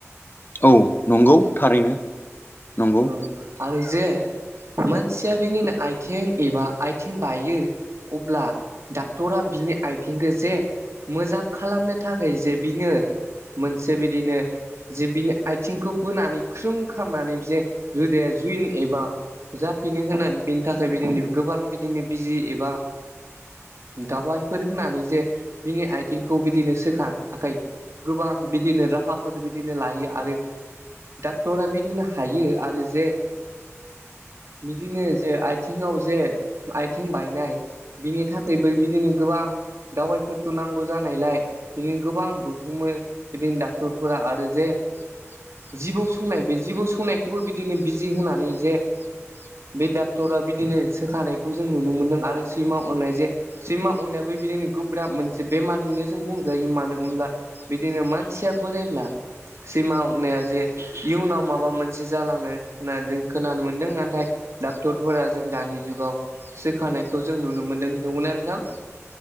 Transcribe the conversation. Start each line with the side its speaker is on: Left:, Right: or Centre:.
Left: औ नंगौ थारैनो नंगौ
Right: औ आरो जे मानसिया बिनिनो आयथें एबा आयथिं बायो अब्ला डाक्टरा बिनि आयथिंखो जे मोजां खालामनो थाखाय जे बिनो मोनसे बिदिनो जे बिनि आथिंखौ बोनानै ख्रों खालामनानै जे रोदाया जुइन एबा जाफिनो होननानै बिनि थाखाय बिदिनो गोबां बिदिनो बिजि एबा दावबायफोर होनानै जे बिनि आथिंखौ बिदिनो सोखानो थाखाय गोबां बिदिनो राहाफोर बिदिनो लायो आरो डाक्टरा बिदिनो हायो आरो जे बिदिनो जे आयथिङाव जे आयथिं बायनाय बिनि थाखायबो बिदिनो गोबां दावबायफोरखौ नांगौ जानायलाय बिदिनो गोबां बुथुमो बिदिनो डाक्टरफोरा आरो जे जिबौ सौनाय बे जिबौ सौनायखौबो बिदिनो बिजि होनानै जे बे डाक्टरा बिदिनो सोखानायखौ जों नुनो मोन्दों आरो सैमा अरनाय जे सैमा अरनायाबो बिदिनो गोब्राब मोनसे बेमारयैनो जों बुंजायो मानो होनब्ला बिदिनो मानसिया बोरायब्ला सैमा अरनाया जे इयुनाव माबा मोन से जालाङो होननानै जों खोनानो मोनदों नाथाय डक्टरफोरा जों दानि जुगाव सोखानायखौ जों नुनो मोनदों नंगौना नोंथां